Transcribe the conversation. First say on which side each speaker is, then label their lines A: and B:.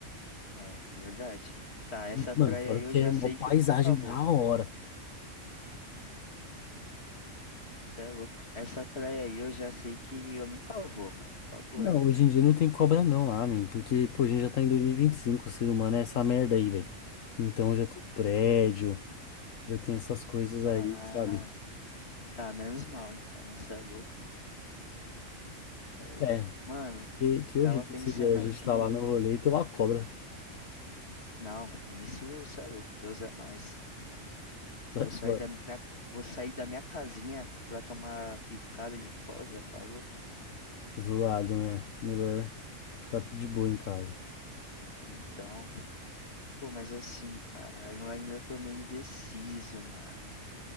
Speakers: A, on the left; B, on the left.
A: É, verdade. Tá, essa
B: E, Mano,
A: praia
B: fora
A: aí eu
B: que
A: já
B: é uma
A: sei
B: paisagem
A: que eu nunca vou.
B: da hora.
A: Cê é louco. Essa praia aí eu já sei que eu nunca vou, mano. Papo
B: Não,
A: reto.
B: hoje em dia não tem cobra não lá, man, porque, pô, a gente já tá em dois mil e e vinte e cinco o ser humano é essa merda aí, velho. Então já tem prédio, já tem essas coisas
A: Ah,
B: aí, sabe?
A: tá, menos mal então, cê é louco. Aí.
B: É,
A: Mano,
B: que, que
A: tava
B: horrível
A: pensando
B: seria a gente
A: aqui.
B: estar lá no rolê e ter uma cobra.
A: Não, isso cê é louco, Deus é mais.
B: Sai
A: Vou
B: fora.
A: sair da minha, vou sair da minha casinha pra tomar picada de cobra, tá louco?
B: Zoado, né? Melhor ficar de boa em casa.
A: Então, pô, mas assim, cara, eu ainda tô meio indeciso, mano.